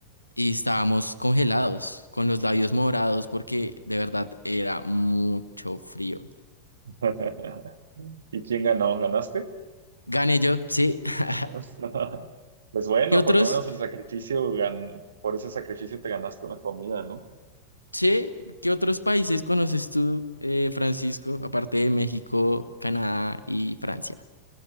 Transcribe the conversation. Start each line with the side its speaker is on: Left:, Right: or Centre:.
Left: y estábamos congelados, con los labios morados, porque de verdad era mucho frío.
Right: <laughs> ¿Y quién ganó? ¿Ganaste?
Left: Gané yo, sí. <laughs>
Right: O sea, <laughs> Pues bueno,
Left: ¿Qué otros,
Right: por lo menos el sacrificio, gan- por ese sacrificio te ganaste una comida, ¿no?
Left: che, qué otros países conoces tú, eh, Francisco, aparte de México, Canadá y Francia?